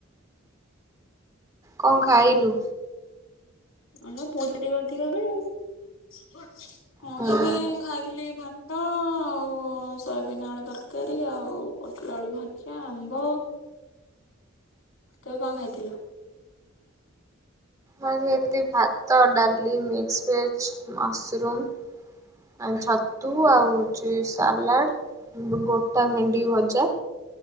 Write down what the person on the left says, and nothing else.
ଆ ନା ପୁରୁରୀ କେ ଟିକ କରିଦି ଓଁ
ହେବେ ଖାଇଥିଲି ଭାତ ହ ଆଉ ସୟାବିନ ଆଳୁ ତରକାରୀ ଆଉ ପୋଟଲ ଆଳୁ ଭଜା ଆମ୍ବ। ତୁ କଣ ଖାଇଥିଲୁ।